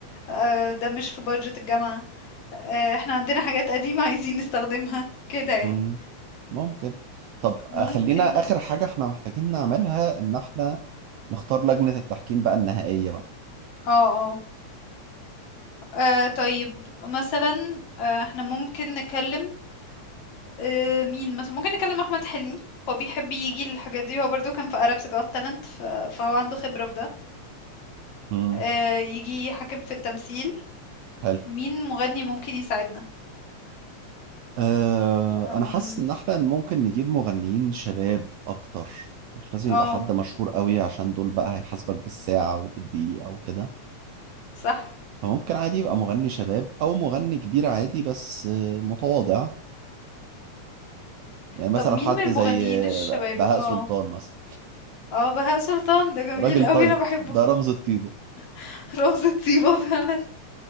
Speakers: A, on the left; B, on the right.
A: آه، ده مش في بادجت الجامعة آه، احنا عندنا حاجات قديمة عايزين نستخدمها كده يعني
B: مم. ممكن طب
A: ممكن
B: خلينا اخر حاجة احنا محتاجين نعملها ان احنا نختار لجنة التحكيم بقى النهائية بقى
A: اه اه آه، طيب مثلا آه، احنا ممكن نكلم آه، مين مثلا ممكن نكلم احمد حلمي هو بيحب يجي للحاجات دي هو برضو كان في Arabs Got Talent ف- فهو عنده خبرة في ده
B: مم.
A: آه، يجي يحكم في التمثيل
B: حلو
A: مين مغني ممكن يساعدنا
B: أه
A: أم،
B: انا حاسس ان احنا ممكن نجيب مغنيين شباب اكتر مش لازم يبقى
A: اه
B: حد مشهور قوي عشان دول بقى هيحاسبك بالساعة وبالدقيقة وكده
A: صح
B: فممكن عادي يبقى مغني شباب او مغني كبير عادي بس آه، متواضع يعني مثلا
A: طب مين
B: حد
A: من المغنيين
B: زي
A: الشباب
B: بهاء
A: اه
B: سلطان مثلا
A: اه بهاء سلطان ده جميل
B: راجل
A: قوي
B: طيب
A: انا بحبه
B: ده رمز الطيبة
A: <laughs> رمز طيبة فعلا